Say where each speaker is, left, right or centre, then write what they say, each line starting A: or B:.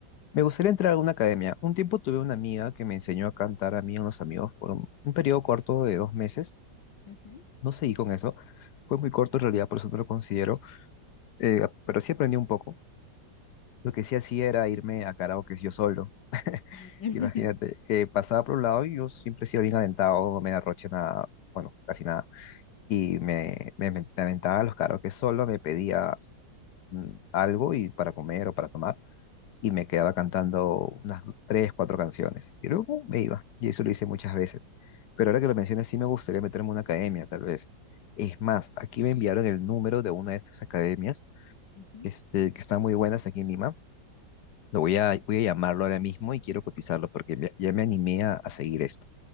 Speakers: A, on the left; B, on the left.
A: Me gustaría entrar a una academia. Un tiempo tuve una amiga que me enseñó a cantar a mí y a unos amigos por un, un periodo corto de dos meses.
B: Ujú.
A: No seguí con eso. Fue muy corto en realidad, por eso no lo considero. eh, pero sí aprendí un poco. Lo que sí hacía era irme a karaoke yo solo.
B: <laughs>
A: Imagínate, eh, pasaba por un lado y yo siempre he sido bien aventado, no me arroché nada, bueno, casi nada. Y me, me, me aventaba a los karaoke solo, me pedía mm, algo y para comer o para tomar y me quedaba cantando unas tres, cuatro canciones. Y luego me iba, y eso lo hice muchas veces. Pero ahora que lo mencionas, sí me gustaría meterme en una academia, tal vez. Es más, aquí me enviaron el número de una de estas academias,
B: Ujú.
A: este, que están muy buenas aquí en Lima Lo voy a, voy a llamarlo ahora mismo y quiero cotizarlo porque me- ya me animé a, a seguir esto.